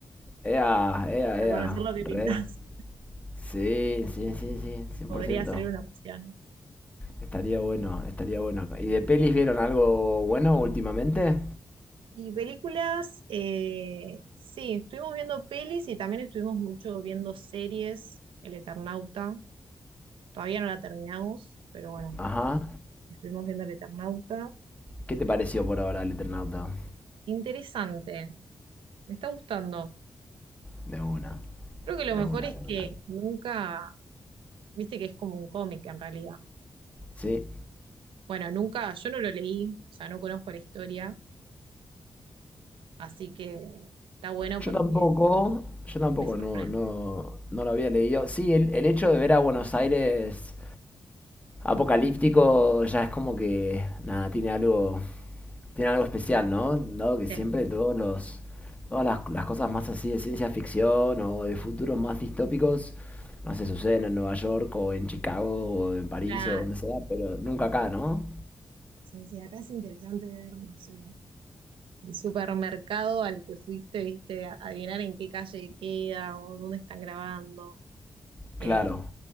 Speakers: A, on the left; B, on the right.
A: Ea,
B: <laughs>
A: ea,
B: a
A: ea.
B: conocer lo que
A: Re.
B: pintas.
A: Sí, sí, sí, sí, cien
B: Podría
A: por ciento.
B: ser una opción.
A: Estaría bueno, estaría bueno. ¿Y de pelis vieron algo bueno últimamente?
B: Y películas, eh, sí, estuvimos viendo pelis y también estuvimos mucho viendo series, El Eternauta. Todavía no la terminamos, pero bueno,
A: Ajá.
B: Estuvimos viendo el Eternauta.
A: ¿Qué te pareció por ahora el Eternauta?
B: Interesante, me está gustando.
A: De una,
B: Creo que lo
A: de
B: mejor
A: una,
B: es
A: de una.
B: que nunca, viste que es como un cómic en realidad.
A: Sí.
B: Bueno, nunca, yo no lo leí, o sea, no conozco la historia, así que está bueno
A: Yo
B: porque
A: tampoco, yo tampoco,
B: me sorprende.
A: no, no, no lo había leído. Sí, el, el hecho de ver a Buenos Aires apocalíptico ya es como que, nada, tiene algo, tiene algo especial, ¿no? Dado que siempre
B: Sí,
A: todos los, todas las, las cosas más así de ciencia ficción o de futuros más distópicos, no sé, suceden en Nueva York o en Chicago o en París
B: Claro,
A: o donde sea, pero nunca acá, ¿no?
B: sí, sí, acá es interesante ver, no sé, el supermercado al que fuiste, viste, a- adivinar en qué calle queda o dónde están grabando. Eh,
A: Claro,